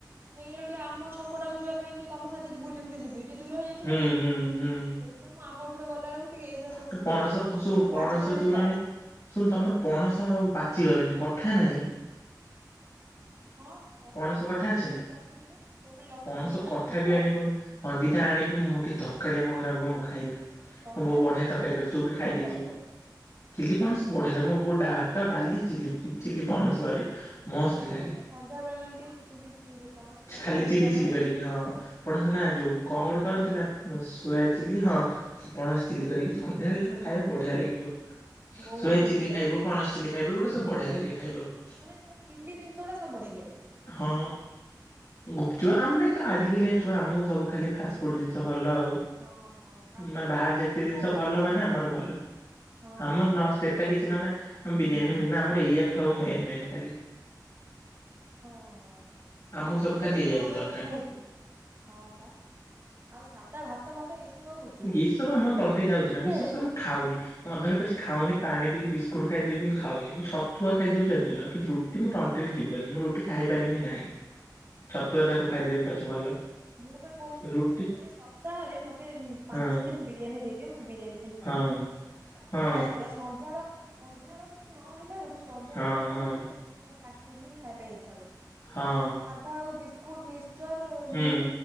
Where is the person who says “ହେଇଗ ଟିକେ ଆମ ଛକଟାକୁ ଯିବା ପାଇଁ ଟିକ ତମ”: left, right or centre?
Right